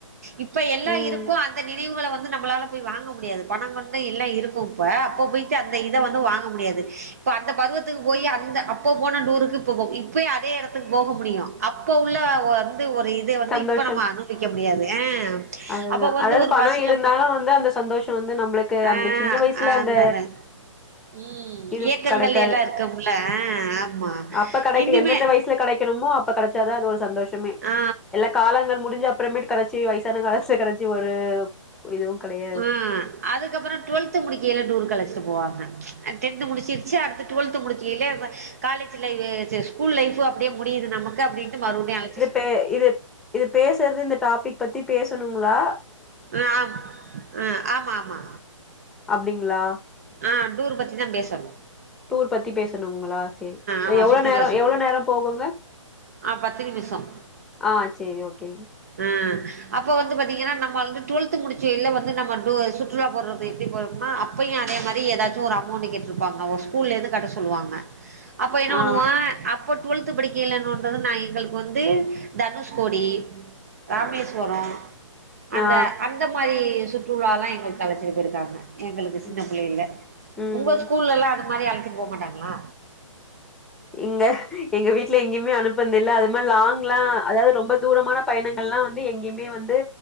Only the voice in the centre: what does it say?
ம்
சந்தோஷம்
அதுதா
அதாவது
பணம்
இருந்தாலு வந்து அந்த சந்தோஷம் வந்து நம்பளுக்கு
அந்த சின்ன வயசுல அந்த
இது
கெடைக்காது
அப்ப கெடைக்க
எந்தெந்த வயசுல கெடைக்கணுமோ அப்ப கெடைச்சாதா அது ஒரு சந்தோஷமே
எல்லா காலங்கள் முடிஞ்சு அப்புறமேட் கடச்சு வயசான காலத்துல கடச்சு ஒரு இதுவும் கெடையாது
ஏ இது இது பேசுறது இந்த டாபிக் பத்தி பேசுணுங்களா
அப்டிங்களா
டூர் பத்தி பேசுணுங்களா செரி
எவ்வளோ
நேரோ
எவ்வளோ நேரோ போகுங்க
ஆ சேரி ஓகேங்
ஆ
ஆ
ம்
ம்
இங்க எங்க வீட்ல எங்கேயுமே அனுப்புனதுல்ல அது மாரி லாங்லா அதாவது ரொம்ப தூரமான பயணங்கள்லா வந்து எங்கேயுமே வந்து